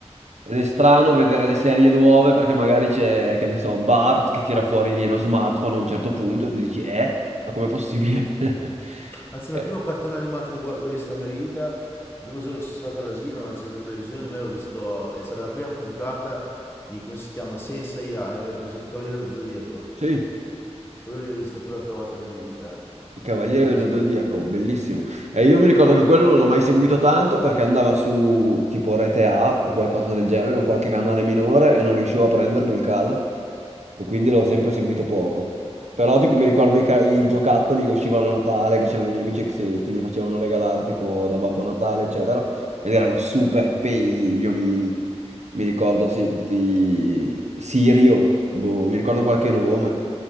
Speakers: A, on the right; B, on the left.
A: ed è strano vedere le serie nuove perché magari c'è, che ne so, Bart che tira fuori lo smartphone a un certo punto e tu dici, eh? Ma com'è possibile? <laughs>
B: Anzi, no,
A: Eh,
B: il primo cartone animato che, guard- che ho visto nella mia vita, il primo giorno che sono stato all'asilo, mi hanno acceso la televisione, me ho visto... e C'era la prima puntata di, come si chiama, Senza AI, presente i Cavaliere dello Zodiaco.
A: sì.
B: Quello lì ho visto per la prima volta nella mia vita,
A: Il Cavaliere
B: ero all'asilo.
A: dello Zodiaco, bellissimo. E io mi ricordo che quello non l'ho mai seguito tanto perché andava su tipo Rete A o qualcosa del genere, un qualche canale minore e non riuscivo a prenderlo in casa e quindi l'ho sempre seguito poco. Però tipo mi ricordo i, ca- i giocattoli che uscivano a Natale, che c'erano i miei amici che se, se li facevano regalare tipo da Babbo Natale, eccetera, ed erano super pesi gli omini. Mi ricordo, sì, tutti... Sirio, boh, mi ricordo qualche nome.